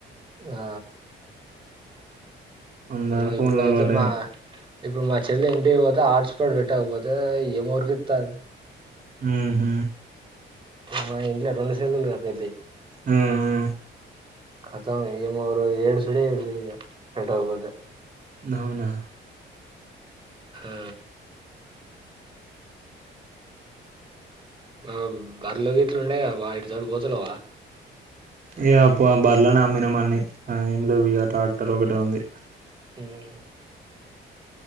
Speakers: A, on the right (about 25°); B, on the right (about 45°).
A: ఆ
B: అందరూ
A: అమ్మో,
B: ఫోన్
A: ఇప్పుడైతే
B: లో అలవాటయినాయి
A: మా ఇప్పుడు మా చెల్లె ఏంట్ ఇంటికి పోతే హాట్స్పాట్ పెట్టకపోతే కా ఏమిఎరిస్తేద్
B: ఉమ్ హు
A: మా ఇంట్లో రెండు సెల్లు గా పెద్దయి
B: ఉమ్ హు
A: ఖతాం ఏమరు ఏడ్ సుడి ఏడ్ సుడిగా పెట్టకపోతే
B: అవునా
A: ఆ ఆ బర్రెలు గీట్లు ఉండే కదా వా తోడు పోతలేవా
B: ఇక ప బర్లని అమ్మినం అన్ని ఇక ఏమీ లేవు ఇక ట్రాక్టర్ ఒకటిే ఉంది
A: ఉమ్